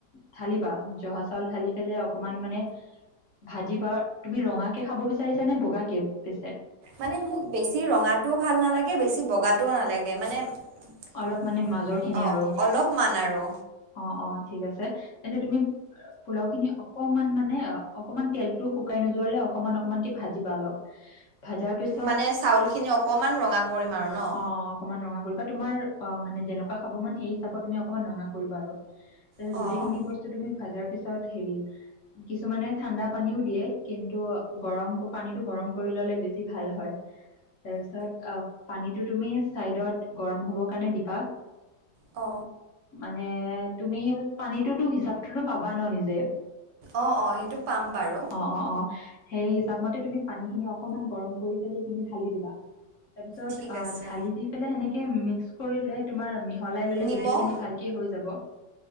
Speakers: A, on the left; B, on the right.
A: ঢালিবা জহা চাউল ঢালি পেলে অকমান মানে ভাজিবা তুমি ৰঙা কে খাব বিচাৰিছ নে বগা কে পিছে?
B: মানে মোক বেছি ৰঙাটোও ভাল নালাগে বেছি বগাটোও নালাগে। মানে <unintelligible>
A: অলপ মানে মাজৰ খিনি
B: অ
A: আৰু
B: অলপমান আৰু।
A: অ অ ঠিক আছে তেন্তে তুমি পোলাও খিনি অকমান মানে অ অকমান তেলতো শুকাই নোযোৱালে অকমান অকমানকে ভাজিবা অলপ, ভাজাৰ পিছ
B: মানে চাউলখিনি অকণমান ৰঙা কৰিম আৰু ন?
A: অ অকমান ৰঙা কৰিবা তোমাৰ অ মানে যেনেকুৱা খাব মন সেই হিচাপত তুমি অকমান ৰঙা কৰিবা আৰু। তাছত
B: অঁ
A: গোটেইখিনি বস্তু তুমি ভাজাৰ পিছত হেৰি কিছুমানে ঠাণ্ডা পানীও দিয়ে কিন্তু গৰম পানীটো গৰম কৰি ল'লে বেছ ছি ভাল হয়, তাৰপিছত অ পানীটো তুমি চাইডত গৰম হ'বৰ কাৰণে দিবা।
B: অ।
A: মানে তুমি পানীটোতো হিচাপ টোতো পাবা ন নিজে,
B: অঁ অঁ সেইটো পাম বাৰু
A: অ অ অ। সেই হিচাপ মতে তুমি পানীখিনি অকনমান গৰম কৰি পেলাই সেইখিনি ঢালি দিবা। তাৰপিছত
B: ঠিক
A: অ
B: আছে
A: ঢালি দি পেলাই সেনেক কে মিক্স কৰিলে তোমাৰ মিহলাই ল'লে
B: নিমখ
A: গোটেইখিনি ভালকে হৈ যাব।